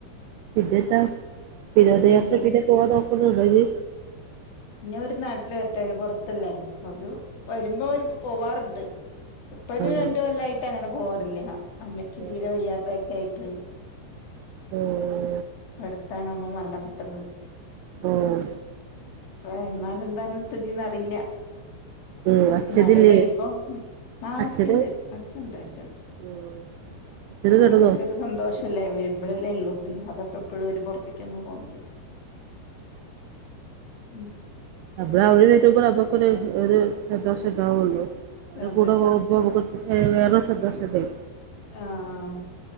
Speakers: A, on the right (about 85°); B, on the left (about 55°).
A: പിന്നെന്താ വിനോദയാത്രക്കൊക്കെ
B: പിന്നെന്തൊക്കെ
A: പോവാൻ നോക്കുന്നുണ്ടോ ഇനി
B: പിന്ന ഒരു നാട്ടില് വരട്ടെ അവര് പുറത്തല്ലേ അവര് വരുമ്പോ വരുമ്പ പോവാറിണ്ട് ഇപ്പൊരു രണ്ട്
A: ആഹ്
B: കൊല്ലായി ട്ടങ്ങനെ പോവാറില്ല അമ്മയ്ക്ക്
A: ഉം
B: തീരെ വയ്യാതൊക്കെ ആയിട്ട്
A: ആഹ്
B: ഇപ്പടുത്താണ് അമ്മ മരണപ്പെട്ടത്
A: ഓഹ്
B: ഇപ്പ വന്നാല് എന്താന് സ്ഥിതീന്ന് അറിയില്ല
A: ഉം അച്ഛനില്ലേ
B: എന്നാലും വരുമ്പം ആ
A: അച്ഛന്
B: അച്ഛണ്ട് അച്ഛണ്ട് അച്ഛണ്ട്
A: ഉം അച്ഛന് <unintelligible>
B: മക്കൾക്കൊരു സന്തോഷല്ലേ വരുമ്പഴല്ലേ ഉള്ളൂ അല്ലാതെപ്പോ എപ്പഴും അവര് പൊറത്തെക്കൊന്നും പോണില്ലല്ലോ ഉം
A: നമ്മള് അവര് വരുമ്പള് നമ്മുക്കൊരു ഒര് സന്തോഷം ഇണ്ടാവൊള്ളോ അവരെ
B: അതെ
A: കൂടെ പോകു <unintelligible> വേറൊരു സന്തോഷിണ്ടായ്
B: ആഹ് ആഹ്